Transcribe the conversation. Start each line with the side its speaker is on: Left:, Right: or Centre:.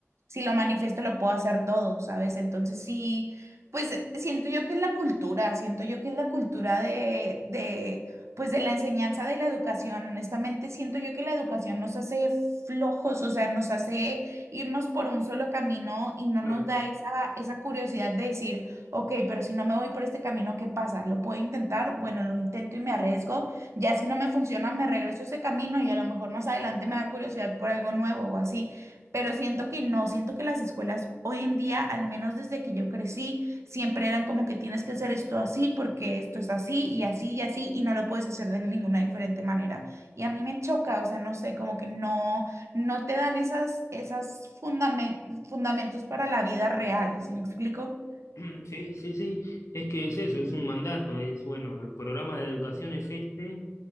Right: si lo manifiesto lo puedo hacer todo, ¿sabes? Entonces sí. Pues eh, siento yo que es la cultura, siento yo que es la cultura de, de, pues de la enseñanza de la educación. Honestamente, siento yo que la educación nos hace flojos, o sea, nos hace irnos por un solo camino y no
Left: claro.
Right: nos da esa, esa curiosidad de decir, ok, pero si no me voy por este camino, ¿qué pasa? ¿Lo puedo intentar? Bueno, lo intento y me arriesgo. Ya si no me funciona, me regreso a ese camino y a lo mejor más adelante me da curiosidad por algo nuevo o así. Pero siento que no, siento que las escuelas hoy en día, al menos desde que yo crecí, Siempre eran como que tienes que hacer esto así porque esto es así y así y así y no lo puedes hacer de ninguna diferente manera. Y a mí me choca, o sea, no sé, como que no, no te dan esas, esas fundamen- fundamentos para la vida real, ¿sí me explico?
Left: <clears throat> Sí, sí, sí, es que es eso, es un mandato, es bueno, el programa de educación es este,